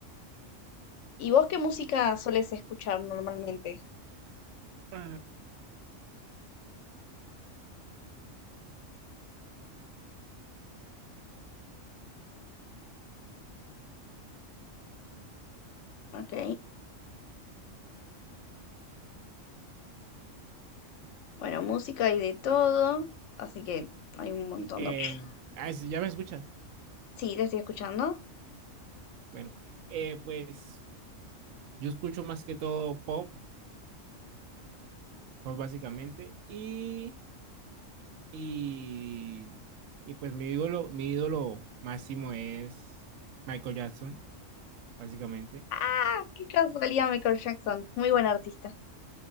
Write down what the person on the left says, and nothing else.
¿Y vos qué música solés escuchar normalmente?
Ok, bueno, música hay de todo, así que hay un montón
de opciones.
Sí, te estoy escuchando.
Ah, qué casualidad, Michael Jackson, muy buen artista.